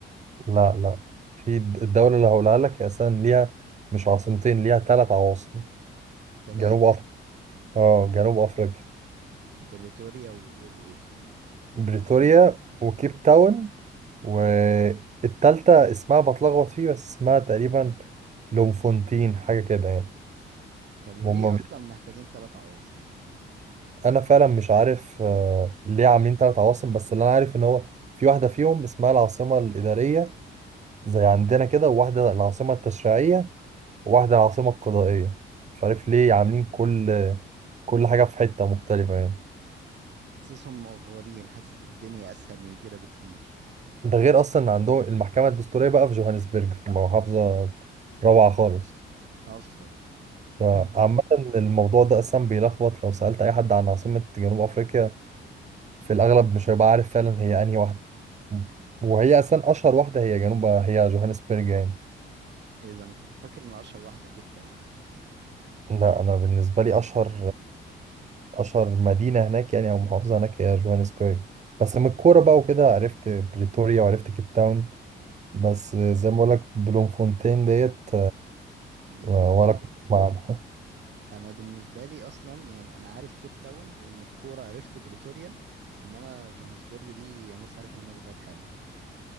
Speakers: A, on the right; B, on the right.
A: لا لا في الد- الدولة اللي هقولها لك هي اساسا ليها مش عاصمتين ليها ثلاث عواصم
B: ثلاثة
A: جنوب افريقيا اه جنوب افريقيا
B: بريتوريا وايه وايه
A: بريتوريا وكيب تاون والتالتة اسمها بتلخبط فيه بس اسمها تقريبا لومفونتين حاجة كده يعني
B: طب وليه
A: هم
B: اصلا محتاجين ثلاث عواصم
A: انا فعلا مش عارف آه، ليه عاملين ثلاث عواصم بس اللي انا عارف ان هو في واحده فيهم اسمها العاصمه الاداريه زي عندنا كده وواحده العاصمه التشريعيه وواحده العاصمه القضائيه مش عارف ليه عاملين كل كل حاجه في حته مختلفه يعني
B: حاسسهم مقفورين حاسس الدنيا اسهل من كده بكتير
A: ده غير اصلا إن عندهم المحكمه الدستوريه بقى في جوهانسبرج في محافظه روعه خالص
B: اصلا
A: فعامه
B: <laughs>
A: الموضوع ده اصلا بيلخبط لو سالت اي حد عن عاصمه جنوب افريقيا في الاغلب مش هيبقى عارف فعلا هي انهي واحده ممكن. وهي اصلا اشهر واحده هي جنوب هي جوهانسبرج يعني
B: ايه ده انا كنت فاكر ان اشهر واحده كيب تاون
A: لا انا بالنسبه لي اشهر اشهر مدينه هناك يعني او محافظه هناك هي جوهانسبرج بس من الكوره بقى وكده عرفت بريتوريا وعرفت كيب تاون بس زي ما بقول لك بلوم فونتين ديت
B: دي
A: آه،
B: غريبه
A: ولا
B: دي
A: كنت أسمع عنها
B: انا بالنسبه لي اصلا يعني انا عارف كيب تاون ومن الكوره عرفت بريتوريا انما جوهانسبرج دي انا لسه عارفها منك دلوقتي حالا